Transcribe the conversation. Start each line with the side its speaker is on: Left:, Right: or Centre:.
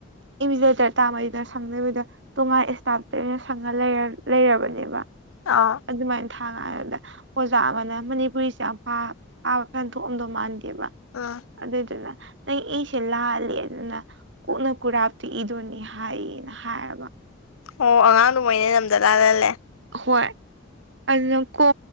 Right: ꯏꯃꯤꯗꯦꯇꯔ ꯇꯥꯃꯩꯗ ꯁꯪꯗꯕꯤꯗ ꯇꯣꯉꯥꯟ ꯏꯁꯇꯥꯞꯇꯩꯅ ꯁꯪꯉ ꯂꯩꯔꯕꯅꯤ ꯕ
Left: ꯑꯥ
Right: ꯑꯗꯨꯃꯥꯏꯅ ꯊꯥꯉꯗ ꯑꯣꯖꯥ ꯑꯃꯅ ꯃꯅꯤꯄꯨꯔꯤꯁꯦ ꯌꯥꯝ ꯄꯥꯕ ꯐꯦꯟ ꯊꯣꯛꯣꯛꯑꯝꯗꯧ ꯃꯥꯟꯗꯦꯕ
Left: ꯑꯥ
Right: ꯑꯗꯨꯗꯨꯅ ꯅꯪ ꯑꯩꯁꯦ ꯂꯥꯜꯂꯤ ꯑꯗꯨꯅ ꯀꯣꯛꯅ ꯀꯨꯔꯥꯞꯇꯨ ꯏꯗꯣꯏꯅꯤ ꯍꯥꯏꯌꯦꯅ ꯍꯥꯏꯔꯕ
Left: ꯑꯣ ꯑꯉꯥꯡꯗꯣ ꯃꯣꯏꯅ ꯅꯝꯗ ꯂꯥꯜꯍꯜꯂꯦ
Right: ꯍꯣꯏ ꯑꯗꯨꯅ ꯀꯣ